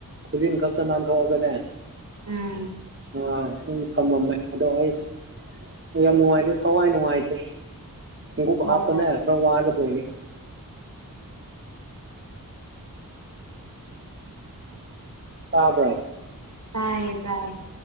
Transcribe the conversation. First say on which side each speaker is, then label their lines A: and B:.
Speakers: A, on the right (about 35°); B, on the right (about 55°).
A: ꯈꯨꯖꯤꯟ ꯈꯛꯇ ꯅꯥꯟꯊꯣꯛꯑꯒꯅꯦ
B: ꯎꯝ
A: ꯑ ꯐꯝꯃꯝꯃꯦ ꯑꯗꯣ ꯑꯩꯁ ꯌꯥꯝ ꯅꯨꯡꯉꯥꯏꯇꯦ ꯊꯋꯥꯏ ꯅꯨꯡꯉꯥꯏꯇꯦ ꯈꯣꯡꯎꯞ
B: ꯑꯣ
A: ꯍꯥꯞꯄꯅ ꯈꯔ ꯋꯥꯔꯗꯣꯏꯅꯤ ꯑꯥꯗ
B: ꯇꯥꯏꯌꯦ ꯇꯏꯌꯦ